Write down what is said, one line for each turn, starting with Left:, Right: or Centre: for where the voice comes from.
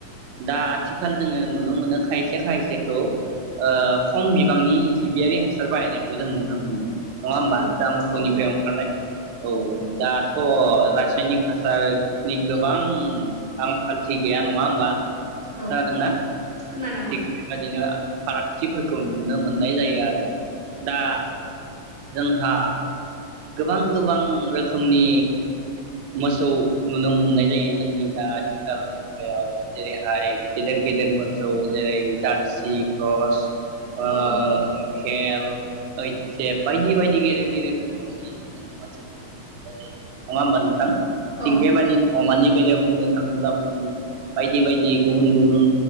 Right: दा आथिखाल जोङो नुनो मोनो खायसे खायसेखौ ओ खम बिबांनि जिबियारि हासार बाहायनायखौ जों नुनो मोनो नङा होमबा?
Left: औ
Right: माखयनिफ्राय
Left: औ
Right: ओंखारनाय औ दाथ' रासायनिक हासारनि गोबां आंखालथि गैया नङा होमबा?
Left: औ
Right: खोनादोंना थिग
Left: खोनादों
Right: बेबायदिनो फारागथिफोरखौ नुनो मोनो नुनाय जायो आरो। दा जोंहा गोबां गोबां रोखोमनि मोसौ नुनो मोननाय जायो जोंनि दा आथिखाल मुगायाव जेरैहाय गेदेर गेदेर मोसौ जेरै जारसि क्रस ओ
Left: औ
Right: पेल एइथसेप बायदि बायदि गेदेर गेदेर रोखोमनि जों मोसौ नुनो मोननाय जायो नङा होमबा नोंथां?
Left: अ औ
Right: थिग बे बादि अमानि बेलायाव बुंनो थाङोब्लाबो जों बायदि बायदि गुबुन गुबुन